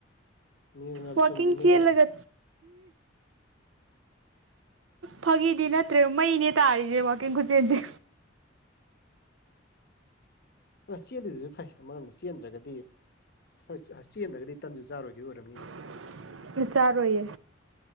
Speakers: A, on the left; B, on the right.
A: ꯅꯤꯌꯣꯝ ꯌꯥꯝ
B: ꯋꯥꯀꯤꯡ
A: ꯆꯨꯝꯃꯤꯅꯦ
B: ꯆꯦꯜꯂꯒ
A: ꯑꯗꯨꯗꯤ
B: ꯐꯥꯒꯤꯗꯤ ꯅꯠꯇ꯭ꯔꯦ ꯃꯩꯅꯦ ꯇꯥꯔꯤꯖꯦ ꯋꯀꯤꯡ ꯈꯨꯆꯦꯟꯖꯦ
A: ꯑ ꯆꯦꯜꯂꯤꯗꯨꯖꯨ ꯐꯩ ꯑꯃꯔꯣꯝꯗ ꯆꯦꯟꯗ꯭ꯔꯒꯗꯤ ꯁꯁ ꯑ ꯆꯦꯟꯗ꯭ꯔꯒꯗꯤ ꯇꯟꯁꯨ ꯆꯥꯔꯣꯏꯗꯤ ꯑꯣꯏꯔꯝꯅꯤꯅꯤ
B: ꯑꯩꯖꯨ ꯆꯥꯔꯣꯏꯌꯦ